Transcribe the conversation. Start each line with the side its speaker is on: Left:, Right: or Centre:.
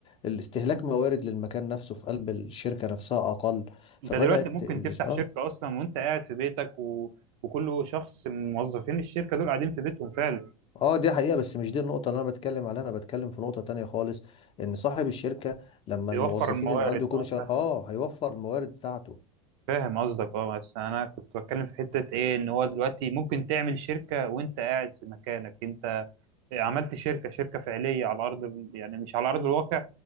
Left: الاستهلاك موارد للمكان نفسه في قلب الشركة نفسها اقل
Right: انت
Left: فبدأت
Right: دلوقتي ممكن
Left: ال-
Right: تفتح
Left: اه
Right: شركة اصلا وانت قاعد في بيتك و... وكل شخص من موظفين الشركة دول قاعدين في بيتهم فعلا
Left: اه دي حقيقة بس مش دي النقطة اللي انا بتكلم عليها انا بتكلم في نقطة تانية خالص ان صاحب الشركة لما
Right: بيوفر
Left: الموظفين
Right: الموارد
Left: اللي عنده يكونوا
Right: اه
Left: شغال
Right: فاهم
Left: اه
Right: قصدك
Left: هيوفر الموارد بتاعته
Right: فاهم قصدك اه بس انا كنت بتكلم في حته ايه ان هو دلوقتي ممكن تعمل شركه وانت قاعد في مكانك انت عملت شركه شركه فعليه على ارض ال- يعني مش على ارض الواقع